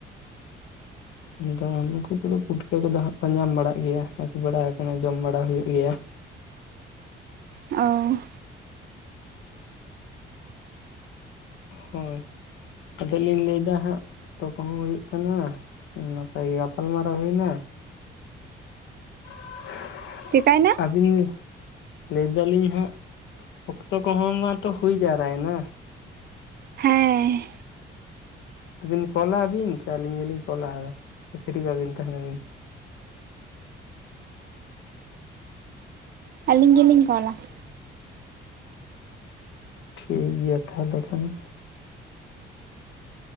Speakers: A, on the left; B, on the right.
A: ᱟᱫᱚ ᱱᱩᱠᱩ ᱠᱚᱫᱚ ᱯᱩᱴ ᱠᱟᱹ ᱠᱚᱫᱚ ᱦᱟᱸᱜ ᱠᱚ ᱧᱟᱢ ᱵᱟᱲᱟᱜ ᱜᱮᱭᱟ ᱟᱹᱜᱩ ᱵᱟᱲᱟ ᱟᱠᱟᱱᱟ ᱡᱚᱢ ᱵᱟᱲᱟ ᱦᱩᱭᱩᱜ ᱜᱮᱭᱟ᱾
B: ᱚ
A: ᱦᱳᱭ ᱟᱫᱚ ᱞᱤᱧ ᱞᱟᱹᱭ ᱫᱟ ᱦᱟᱸᱜ ᱚᱠᱛᱚ ᱠᱚᱦᱚᱸ ᱦᱩᱭᱩᱜ ᱠᱟᱱᱟ ᱱᱟᱯᱟᱭ ᱜᱟᱯᱟᱞᱢᱟᱨᱟᱣ ᱦᱩᱭᱱᱟ <inaudible>
B: ᱪᱮᱠᱟᱭᱱᱟ?
A: ᱟᱹᱵᱤᱱ ᱞᱟᱹᱭ ᱫᱟᱞᱤᱧ ᱦᱟᱸᱜ ᱚᱠᱛᱚ ᱠᱚᱦᱚᱸ ᱢᱟᱛᱚ ᱦᱩᱭ ᱡᱟᱣᱨᱟᱭᱱᱟ
B: ᱦᱮᱸ
A: ᱛᱮᱵᱤᱱ ᱠᱚᱞᱟᱵᱤᱱ ᱥᱮ ᱟᱹᱞᱤᱧ ᱜᱮᱞᱤᱧ ᱠᱚᱞᱟ ᱟᱨᱚ ᱥᱮ ᱯᱷᱤᱨᱤ ᱵᱟᱵᱤᱱ ᱛᱟᱦᱮᱱᱟ ᱟᱵᱤᱱ?
B: ᱟᱹᱞᱤᱧ ᱜᱮᱞᱤᱧ ᱠᱚᱞᱟ ᱾
A: ᱴᱷᱤᱠ ᱜᱮᱭᱟ ᱛᱟᱦᱚᱞᱮ ᱠᱷᱟᱱ ᱾